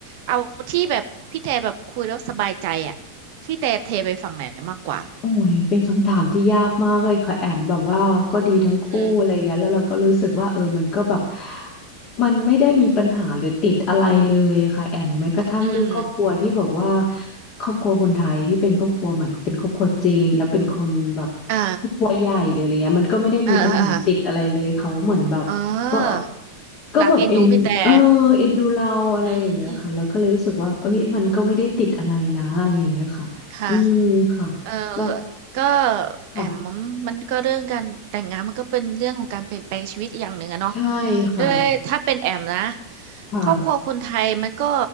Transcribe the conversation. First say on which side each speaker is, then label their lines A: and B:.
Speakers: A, on the right; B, on the left.
A: เอาที่แบบพี่แต่แบบคุยแล้วสบายใจอ่ะพี่แต่เทไปฝั่งไหนมากกว่า
B: โอ้ยเป็นคำถามที่ยากมากเลยค่ะแอมแบบว่าก็ดีทั้งคู่อะไรเงี้ยแล้วเราก็รู้สึกว่าเออมันก็แบบ
A: อืม
B: มันไม่ได้มีปัญหาหรือติดอะไรเลยค่ะแอมแม้กระทั่งเรื่องครอบครัวที่บอกว่า
A: อืม
B: ครอบครัวคนไทยที่เป็นครอบครัวเหมือนเป็นครอบครัวจีนแล้วเป็นคนแบบ
A: อ่า
B: ครอบครัวใหญ่หรืออะไรเงี้ยมันก็ไม่ได้มีปัญหาติดอะไรเลยเขาเหมือนแบบก็
A: อ่าอ่าอ่าเออ
B: ก็แบบเอ็นเออเอ็นดูเราอะไรอย่างเงี้ยค่ะเราก็เลยรู้สึกว่าเอ้ยมันก็ไม่ได้ติดอะไรนะอะไรอย่างเงี้ยค่ะอืมค่ะ
A: รักเอ็นดูพี่แต่อืมค่ะ เออ
B: เรา
A: ก็
B: ค่ะ
A: แอมมันก็เรื่องการแต่งงานมันก็เป็นเรื่องของการเปลี่ยนแปลงชีวิตอย่างหนึ่งอะเนาะ
B: ใช่ค่ะ
A: ด้วยถ้าเป็นแอมนะ
B: ค่ะ
A: ครอบครัวคนไทยมันก็